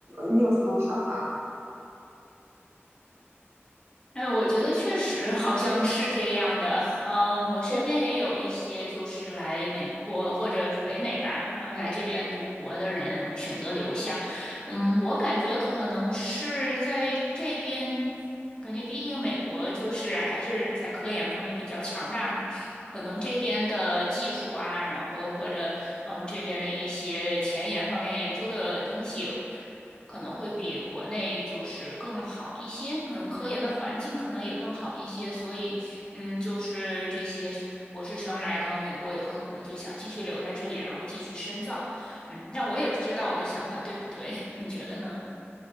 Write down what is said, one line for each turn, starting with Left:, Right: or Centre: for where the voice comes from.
Right: 你有什么看法吗？
Left: 哎，我觉得确实好像是这样的。嗯，我身边也有一些就是来美国或者北美吧，
Right: 对。
Left: 然后来这边读博的人，然后选择留下。嗯，我感觉可能是在这边，感觉毕竟美国就是还是在科研方面比较强大嘛，可能这边的技术啊，然后或者嗯这边的一些前沿方面研究的东西。可能会比国内就是更好一些，可能科研的环境可能也更好一些，所以，嗯，就是这些学博士生来到美国以后，可能就想继续留在这里，然后继续深造，嗯，但我也不知道我的想法对不对，<laughs> 你觉得呢？